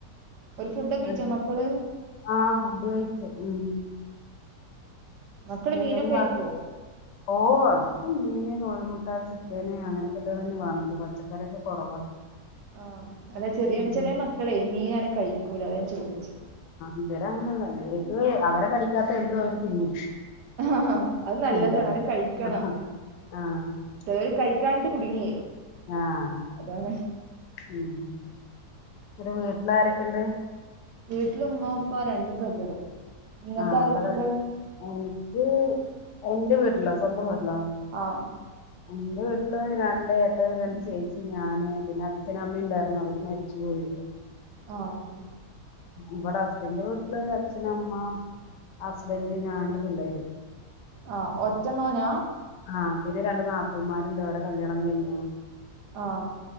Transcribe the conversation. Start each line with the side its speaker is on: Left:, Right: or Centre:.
Right: ഒരു ഫുഡൊക്കെ കഴിച്ചോ
Left: ഉം
Right: മക്കള്
Left: ആഹ് ഫുഡ് കഴിച്ച് ഉം
Right: മക്കള് മീനൊക്കെ
Left: എന്തേലും
Right: കഴിക്കുവോ
Left: വർ ഓ അവർക്ക് മീന് കോഴിമുട്ട ചിക്കന് അങ്ങനെ ഇത് തന്നെ വാണ്ടത് പച്ചക്കറിക്കെ കുറവാ
Right: ആഹ് അല്ല ചെറിയ
Left: ഉം
Right: ചെല മക്കളെ മീൻ അങ്ങനെ കഴിക്കൂല അതാ ഞാൻ ചോയിച്ചത്
Left: ഇവരെ അങ്ങനല്ല ഇവല്ക്ക്‌ അവരെ കടിക്കാത്ത എന്തോ അവര് തിന്നും
Right: ആ അത് നല്ലതാണ്
Left: ഉം
Right: അങ്ങനെ കഴിക്കണം
Left: ആഹ് ആഹ്
Right: ചെലര് കഴിക്കാട്ട് കുടുങ്ങി
Left: ആഹ്
Right: അതാണ്
Left: ഉം പിന്നെ വീട്ടില് ആരൊക്കെണ്ട്
Right: വീട്ടില് ഉമ്മ ഉപ്പ രണ്ട് ബ്രദറും നിങ്ങൾക്ക്
Left: ആഹ്
Right: ആരൊക്കെ
Left: അവിടെ ക
Right: ഉണ്ട്
Left: എനിക്ക് എന്റെ വീട്ടിലോ സ്വന്തം വീട്ടിലോ
Right: ആഹ്
Left: എന്റെ വീട്ടില് രണ്ട് ഏട്ടനും രണ്ട് ചേച്ചി ഞാന് പിന്നെ അച്ഛനും അമ്മയും ണ്ടാരുന്നു അവര് മരിച്ചു പോയി
Right: ആഹ്
Left: ഇവ്ടെ ഹസ്ബൻന്റെ വീട്ടില് അച്ഛൻ അമ്മ ഹസ്ബൻഡ് ഞാന് പിള്ളാര്
Right: ആഹ് ഒറ്റ മോനാ
Left: ആഹ് പിന്നെ രണ്ട് നാത്തൂമാരുണ്ട് അവരെ കല്യാണം കഴിഞ്ഞു
Right: ആഹ്